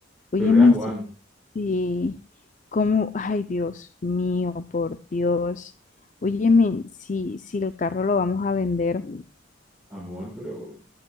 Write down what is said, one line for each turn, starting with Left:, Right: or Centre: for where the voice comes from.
Left: óyeme,
Centre: Pero era Juan,
Left: y si, si- cómo, ay Dios mío, por Dios. Óyeme, si, si el carro lo vamos a vender,
Centre: amor, pero